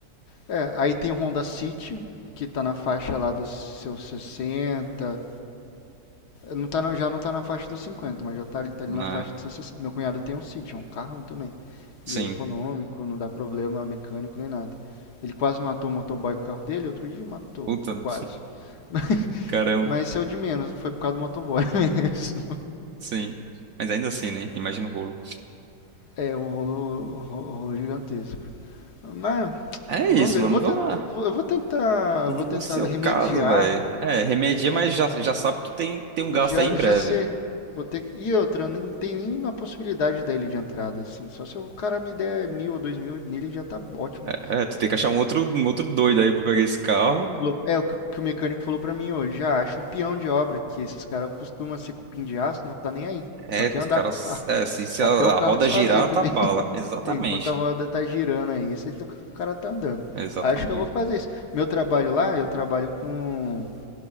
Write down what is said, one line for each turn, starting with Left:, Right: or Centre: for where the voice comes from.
Left: É, aí tem o Honda City, que tá na faixa lá dos seus 60. Não tá, não já não tá na faixa dos 50, mas já tá, ali- tá ali
Right: Na,
Left: na faixa dos seus 60. Meu cunhado tem um City, é um carrão também.
Right: sim.
Left: e é econômico, não dá problema mecânico nem nada. Ele quase matou o motoboy com o carro dele, outro dia matou,
Right: Puta,
Left: quase. <laughs>
Right: caramba.
Left: Mas isso é o de menos, não foi por causa do motoboy <laughs> mesmo.
Right: Sim. Mas ainda assim, né? Imagina o rolo.
Left: É um rolo, rolo gigantesco. Mas
Right: É
Left: vamos
Right: isso,
Left: ver,
Right: mano.
Left: eu vou,
Right: Vamos
Left: tent-
Right: lá.
Left: eu vou- eu vou tentar,
Right: No
Left: vou tentar
Right: seu
Left: remediar,
Right: caso, velho. É, remedia,
Left: é,
Right: mas já, já sabe que tu tem, tem um gasto
Left: já,
Right: aí em breve.
Left: já sei. Vou ter E outra, não tem nenhuma possibilidade dele de entrada, assim. Só se o cara me der mil ou dois mil nele já tá ótimo.
Right: É, tu tem que achar um outro, um outro doido aí pra pegar esse carro.
Left: Falou- É o que o que o mecânico falou pra mim hoje. Ah, acho um peão de obra, que esses caras costumam ser cupim de aço, não tá nem aí.
Right: É,
Left: Só quer
Right: que os
Left: andar
Right: caras.
Left: com o carro. <laughs>
Right: É, se, se
Left: Até
Right: a, a
Left: o carro
Right: roda
Left: desfazer
Right: girar,
Left: também.
Right: tá bala.
Left: <laughs>
Right: Exatamente.
Left: É, Enquanto a roda tá girando aí, você- tá, o cara tá andando.
Right: Exatamente.
Left: Acho que eu vou fazer isso. Meu trabalho lá, eu trabalho com.